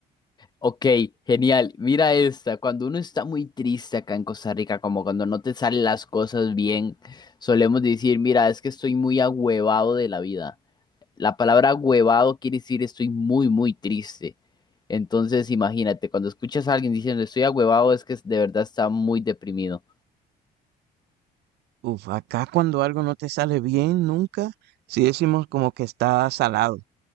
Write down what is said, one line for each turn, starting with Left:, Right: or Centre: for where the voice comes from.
Left: Ok, genial. Mira esta. Cuando uno está muy triste acá en Costa Rica, como cuando no te salen las cosas bien, solemos decir, mira, es que estoy muy agüevado de la vida. La palabra agüevado quiere decir estoy muy, muy triste. Entonces, imagínate, cuando escuchas a alguien diciendo estoy agüevado, es que de verdad está muy deprimido.
Right: Uf, acá cuando algo no te sale bien nunca, sí decimos como que está salado.